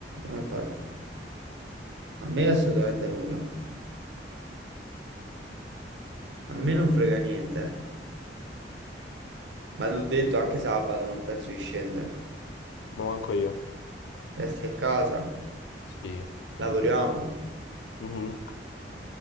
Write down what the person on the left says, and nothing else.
Ma manco io.
Sì.
Mhm.